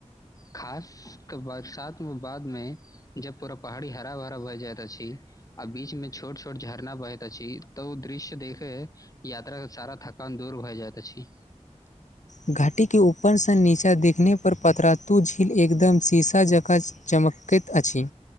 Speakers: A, on the left (about 30°); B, on the left (about 80°).
A: खासक बरसात मे बादमे जब पूरा पहाड़ी हरा भरा भए जाइत अछि आ बीच में छोट छोट झरना बहैत अछी त ओ दृश्य देखय यात्रा के सारा थकान दूर भए जाइत अछी।
B: घाटी के ऊपरसँ नीचा देखने पर पतरातू झील एकदम शीशा जकाँ च चमकैत अछि।